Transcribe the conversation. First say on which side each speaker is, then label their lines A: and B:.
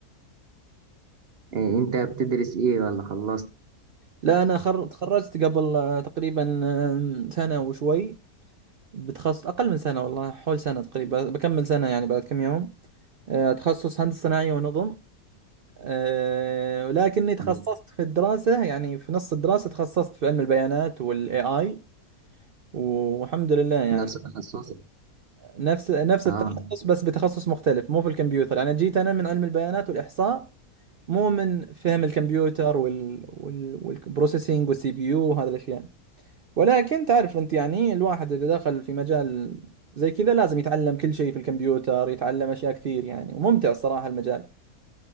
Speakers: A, on the right; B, on the right.
A: آه انت بتدرس ايه ولا خلصت
B: لا أنا خر... تخرجت قبل آه، تقريبا آه، سنة وشوي بتخصص أقل من سنة والله حول سنة تقريبا بكمل سنة يعني بعد كم يوم آه، تخصص هندسة صناعية ونظم آه، ولكني تخصصت
A: ولا
B: في الدراسة يعني في نص الدراسة تخصصت في علم البيانات وال AI والحمد لله يعني
A: نفس التخصص؟
B: نفس نفس
A: اه
B: التخصص بس بتخصص مختلف مو في الكمبيوتر انا جيت انا من علم البيانات والاحصاء مو من فهم الكمبيوتر وال وال والبروسيسنج والسي بي يو وهذه الاشياء ولكن تعرف انت يعني الواحد اذا دخل في مجال زي كذا لازم يتعلم كل شيء في الكمبيوتر يتعلم اشياء كثير يعني وممتع الصراحة المجال